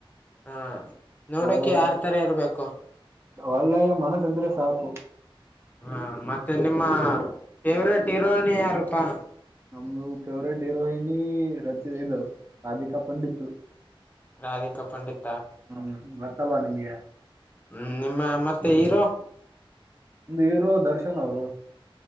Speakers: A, on the left (about 15°); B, on the right (about 25°).
A: ಹಾ ನೋಡಕ
B: ಒಳ್ಳೆಯ
A: ಯಾರ್ ತರ ಇರ್ಬೇಕು
B: ಒಳ್ಳೆಯ ಮನಸ್ಸಿದ್ರೆ ಸಾಕು
A: ಹ ಮತ್ತೆ ನಿಮ್ಮ ಫೇವ್ರಟ್ ಹೀರೋಯಿನ ಯಾರುಪ್ಪಾ?
B: ನಮ್ದು ಫೇವ್ರೇಟ್ ಹೀರೋಯಿನಿ ರ ಇದು ರಾಧಿಕಾ ಪಂಡಿತೂ.
A: ರಾಧಿಕಾ ಪಂಡಿತ್.
B: ಹ್ಮ್ ಮತ್ತ ತಲ್ಲ ನಿಮಗೆ
A: ಹ್ಮ್ ನಿಮ್ಮ ಮತ್ತ ತೇ ಹಿರೋ?
B: ಹೀರೋ ದರ್ಶನ್ ಅವರು.